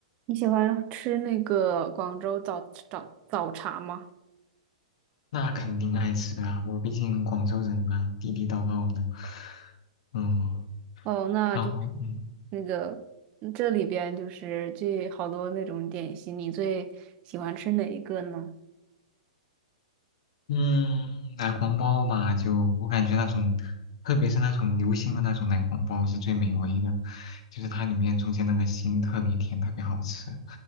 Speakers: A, on the right (about 25°); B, on the left (about 55°).
A: 你喜欢吃那个广州早早早茶吗？
B: 那肯定爱吃啊，我毕竟广州人嘛，地地道道的。嗯，
A: 哦，那就
B: 然后嗯
A: 那个嗯这里边就是这好多那种点心，你最喜欢吃哪一个呢？
B: 嗯，奶黄包嘛，就我感觉那种，特别是那种流心的那种奶黄包是最美味的，就是它里面中间那个心特别甜，特别好吃。